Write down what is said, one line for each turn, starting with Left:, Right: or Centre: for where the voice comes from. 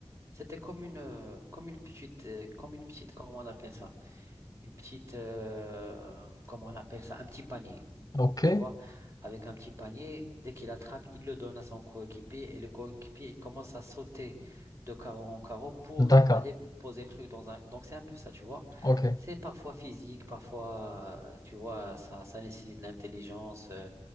Right: c'était comme une, euh, comme une petite, euh, comme une petite, comment on appelle ça? Une petite, euh, comment on appelle ça? Un petit panier.
Left: ok,
Right: Tu vois, avec un petit panier, dès qu'il attrape, il le donne à son coéquipier et le coéquipier, il commence à sauter de carreau en carreau pour
Left: d'accord,
Right: aller poser le truc dans un. Donc, c'est un peu ça, tu vois.
Left: ok,
Right: C'est parfois physique, parfois, euh, tu vois, ça, ça nécessite de l'intelligence. euh,